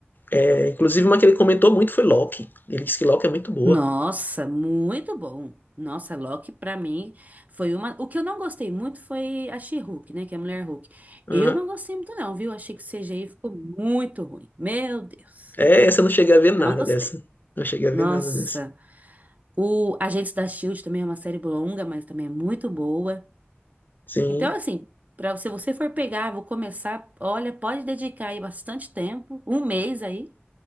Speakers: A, on the left (about 50°); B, on the right (about 40°).
A: É, inclusive uma que ele comentou muito foi Loki. Ele disse que Loki é muito boa.
B: Nossa, muito bom. Nossa, Loki pra mim foi uma. O que eu não gostei muito foi a She-Hulk, né? Que é a mulher Hulk.
A: Aham.
B: Eu não gostei muito, não, viu? Achei que o CGI ficou muito ruim. Meu Deus.
A: É, essa eu não cheguei a ver nada
B: Não gostei.
A: dessa. Não cheguei a
B: Nossa.
A: ver nada dessa.
B: O Agentes da Shield também é uma série longa, mas também é muito boa.
A: Sim.
B: Então, assim, pra, se você for pegar, vou começar. Olha, pode dedicar aí bastante tempo, um mês aí,